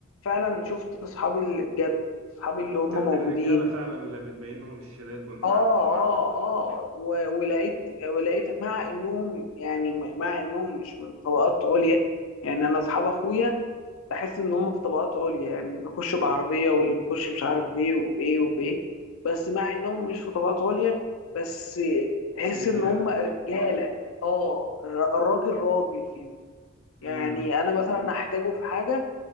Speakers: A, on the left; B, on the right.
A: فعلا شفت اصحابي اللي بجد اصحابي اللي
B: شفت
A: هم
B: الرجاله
A: موجودين
B: فعلا اللي بتبينهم الشداد والمع
A: اه
B: والمعدن
A: اه اه و- ولقيت ولقيت مع انهم يعني مع انهم مش من طبقات عليا يعني انا اصحاب اخويا بحس ان هم في طبقات عليا يعني اللي بيخش بعربيه واللي بيخش مش عارف بايه وبايه وبايه بس مع انهم مش في طبقات عليا بس تحس
B: بس رجاله
A: ان هم رجاله اه الر- الراجل راجل فيهم
B: امم
A: يعني انا مثلا احتاجه في حاجه